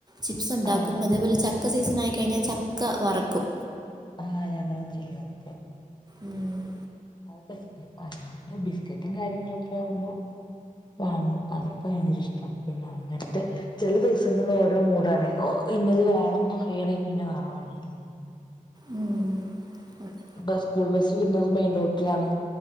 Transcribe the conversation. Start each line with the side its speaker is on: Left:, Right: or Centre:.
Right: ചിപ്സ് ഉണ്ടാക്കും.
Left: ആഹ്
Right: അതേപോലെ ച ചക്ക സീസൺ ആയി കഴിഞ്ഞാൽ ചക്ക വറക്കും.
Left: ആ ഞങ്ങളും ചെയ്യും ഒക്കെ
Right: ഉം
Left: <unintelligible> ബിസ്ക്കറ്റും കാര്യങ്ങളൊക്കെ ആവുമ്പോ വാങ്ങും. അതൊക്കെ ഭയങ്കര ഇഷ്ടമാണ്. പിന്നെ അങ്ങനത്തെ ചില ദിവസങ്ങൾ ഓരോ മൂടാണെ ഇന്നത് വേണംന്ന് പറയണെങ്കിൽ പിന്നെ <unintelligible>
Right: ഉം അതെ.
Left: ബ സ്കൂൾ ബസില് കുന്നത് മെയിൻ റോട്ടിലാണ്.